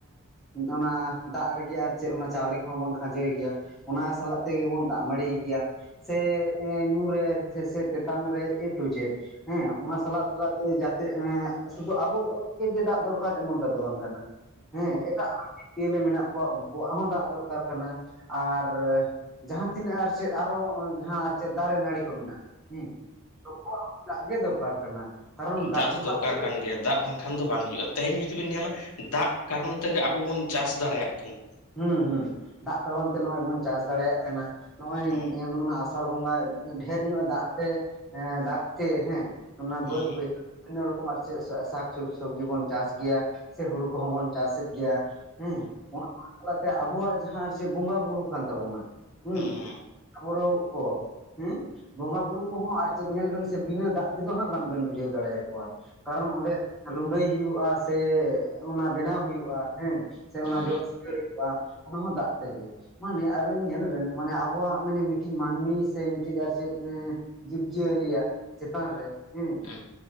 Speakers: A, in the centre; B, on the left (about 75°).
A: ᱮᱻᱚᱱᱟ ᱫᱟᱜ ᱨᱮᱜᱮ ᱟᱨ ᱪᱮᱫ ᱚᱱᱟ ᱪᱟᱣᱞᱮ ᱠᱚᱦᱚᱸ ᱵᱚᱱ ᱠᱷᱟᱸᱡᱚᱭ ᱜᱮᱭᱟ᱾ ᱚᱱᱟ ᱥᱟᱞᱟᱜ ᱛᱮᱜᱮ ᱵᱚᱱ ᱫᱟᱜ ᱢᱟᱹᱲᱤ ᱜᱮᱭᱟ ᱥᱮ ᱧᱩ ᱨᱮ ᱥᱮ ᱛᱮᱛᱟᱝ ᱨᱮ ᱮ ᱴᱩ ᱡᱮᱰ᱾ ᱦᱮᱸ ᱚᱱᱟ ᱥᱟᱞᱟᱜ ᱥᱟᱞᱟᱜ ᱡᱟᱛᱮ ᱮ ᱥᱩᱫᱷᱩ ᱟᱵᱚ ᱦᱚᱲ ᱜᱮ ᱫᱟᱜ <unintelligible> ᱚᱠᱟᱱ ᱮᱢᱚᱱ ᱴᱟ ᱫᱚ ᱵᱟᱝ ᱠᱟᱱᱟ ᱦᱮᱸ᱾ ᱮᱴᱟᱜ ᱟᱨ ᱡᱤᱭᱟᱹᱞᱤ ᱢᱮᱱᱟᱜ ᱠᱚᱣᱟ, ᱩᱱᱠᱩᱣᱟᱜ ᱦᱚᱸ ᱫᱟᱜ ᱫᱚᱨᱠᱟᱨ ᱠᱟᱱᱟ ᱟᱨ ᱡᱟᱦᱟᱸ ᱛᱤᱱᱟᱹᱜ ᱟᱨ ᱪᱮᱫ ᱟᱨᱚ ᱡᱟᱦᱟᱸ ᱟᱨ ᱪᱮᱫ ᱫᱟᱨᱮ ᱱᱟᱹᱲᱤ ᱠᱚ ᱢᱮᱱᱟᱜᱼᱟ᱾ ᱦᱮᱸ <unintelligible> ᱫᱟᱜ ᱜᱮ ᱫᱚᱨᱠᱟᱨ ᱠᱟᱱᱟ ᱠᱟᱨᱚᱱ
B: ᱦᱮᱸ
A: ᱫᱟᱜ
B: ᱫᱚ
A: ᱥᱟᱞᱟᱜ
B: ᱫᱚᱨᱠᱟᱨ
A: ᱛᱮᱜᱮ
B: ᱠᱟᱱ ᱜᱮᱭᱟ ᱫᱟᱜ ᱵᱟᱝᱠᱷᱟᱱ ᱫᱚ ᱵᱟᱝ ᱦᱩᱭᱩᱜᱼᱟ᱾ ᱛᱮᱦᱮᱧ ᱡᱩᱫᱤ ᱵᱚᱱ ᱧᱮᱞᱟ ᱫᱟᱜ ᱠᱟᱨᱚᱱ ᱛᱮᱜᱮ ᱟᱵᱚ ᱵᱚᱱ ᱪᱟᱥ ᱫᱟᱲᱮᱭᱟᱜ ᱠᱟᱱᱟ᱾
A: ᱦᱩᱸ ᱦᱩᱸ ᱫᱟᱜ ᱠᱟᱨᱚᱱ ᱛᱮ ᱱᱚᱜᱼᱚᱭ ᱵᱚᱱ ᱪᱟᱥ ᱫᱟᱲᱮᱭᱟᱜ ᱠᱟᱱᱟ᱾ ᱱᱚᱜᱼᱚᱭ
B: ᱦᱮᱸ
A: ᱱᱚᱜ ᱟᱥᱟᱲ ᱵᱚᱸᱜᱟᱭ ᱰᱮᱦᱮᱨ ᱧᱚᱜ ᱮ ᱫᱟᱜ ᱛᱮ ᱫᱟᱜ ᱛᱮ ᱦᱮᱸ ᱚᱱᱟ
B: ᱦᱮᱸ
A: ᱵᱟᱹᱫᱽ ᱵᱟᱹᱭᱦᱟᱹᱲ ᱨᱚᱠᱚᱢ <unintelligible> ᱥᱟᱠ ᱥᱚᱵᱡᱤ ᱵᱚᱱ ᱪᱟᱥ ᱜᱮᱭᱟ ᱥᱮ ᱦᱩᱲᱩ ᱠᱚᱦᱚᱸ ᱵᱚᱱ ᱪᱟᱥᱮᱫ ᱜᱮᱭᱟ ᱦᱮᱸ᱾ ᱠᱚ ᱟᱛᱮ ᱟᱵᱚᱣᱟᱜ ᱡᱟᱦᱟᱸ ᱟᱨ ᱪᱮᱫ ᱵᱚᱸᱜᱟ ᱵᱩᱨᱩ ᱠᱟᱱ ᱛᱟᱵᱚᱱᱟ᱾ ᱦᱩᱸ
B: ᱦᱮᱸ
A: <unintelligible> ᱠᱚ ᱦᱮᱸ ᱵᱚᱸᱜᱟ ᱵᱩᱨᱩ ᱠᱚᱦᱚᱸ ᱟᱨ ᱪᱮᱫ ᱧᱮᱞ ᱵᱮᱱ ᱥᱮ ᱵᱤᱱᱟᱹ ᱫᱟᱜ ᱛᱮᱫᱚ ᱦᱟᱸᱜ ᱵᱟᱝ ᱵᱮᱱ ᱵᱩᱡᱷᱟᱹᱣ ᱫᱟᱲᱮᱭ ᱟᱠᱚᱣᱟ ᱠᱟᱨᱚᱱ ᱚᱸᱰᱮ ᱨᱩᱱᱰᱟᱹᱭ ᱦᱩᱭᱩᱜᱼᱟ᱾ ᱥᱮ ᱚᱱᱟ ᱵᱮᱱᱟᱣ ᱦᱩᱭᱩᱜᱼᱟ ᱦᱮᱸ ᱥᱮ
B: ᱦᱮᱸ
A: ᱚᱱᱟ ᱡᱚᱫ ᱥᱤᱠᱟᱹᱲ ᱦᱳᱭᱳᱜ ᱵᱟ ᱚᱱᱟ ᱦᱚᱸ ᱫᱟᱜ ᱛᱮᱜᱮ᱾ ᱢᱟᱱᱮ ᱟᱵᱮᱱ ᱧᱮᱞ ᱵᱮᱱ ᱢᱟᱱᱮ ᱟᱵᱚᱣᱟᱜ ᱢᱟᱱᱮ ᱢᱤᱫᱴᱤᱡ ᱢᱟᱹᱱᱢᱤ ᱥᱮ ᱢᱤᱫᱴᱤᱡ ᱟᱨ ᱪᱮᱫ ᱮᱻ ᱡᱤᱵᱽ ᱡᱤᱭᱟᱹᱞᱤᱭᱟᱜ ᱪᱮᱛᱟᱱ ᱨᱮ ᱦᱩᱸ
B: ᱦᱮᱸ